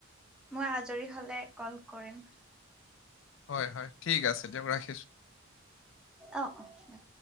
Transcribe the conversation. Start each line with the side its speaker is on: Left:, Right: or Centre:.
Centre: মইজৰি হলে কল কৰিম
Left: হয়-হয় ঠিক আছে দিয়ক ৰাখ
Centre: অ-অ দিয়া।